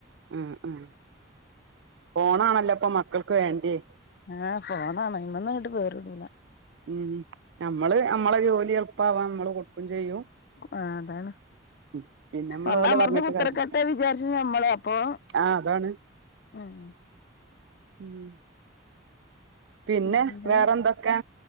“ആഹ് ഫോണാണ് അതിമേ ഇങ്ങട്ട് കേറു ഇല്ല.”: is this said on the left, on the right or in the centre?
Left